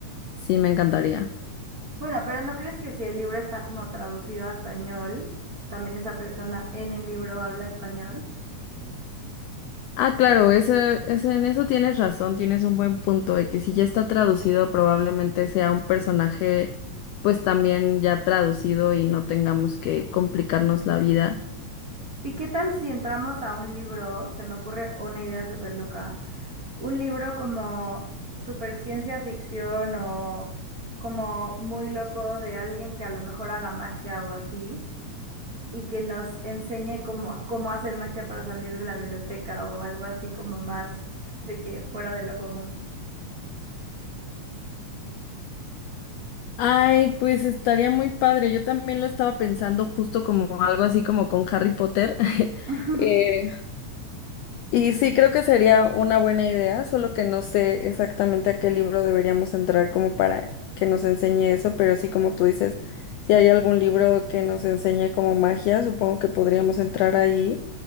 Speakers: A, on the left; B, on the right.
A: sí me encantaría.
B: Bueno, pero ¿no crees que si el libro está como traducido a español, también esa persona en el libro habla español?
A: Ah, claro, ese, ese- en eso tienes razón, tienes un buen punto de que si ya está traducido, probablemente sea un personaje, pues también ya traducido y no tengamos que complicarnos la vida.
B: ¿Y qué tal si entramos a un libro, se me ocurre una idea súper loca, Un libro como super ciencia ficción o como muy loco de alguien que a lo mejor haga magia o así y que nos enseñe como a cómo hacer magia para salir de la biblioteca o algo así como más de que fuera de lo común.
A: Ay, pues estaría muy padre. Yo también lo estaba pensando justo como algo así como con Harry Potter. <laughs>
B: <laughs>
A: Eh, Y sí, creo que sería una buena idea, solo que no sé exactamente a qué libro deberíamos entrar como para que nos enseñe eso, pero sí, como tú dices, si hay algún libro que nos enseñe como magia, supongo que podríamos entrar ahí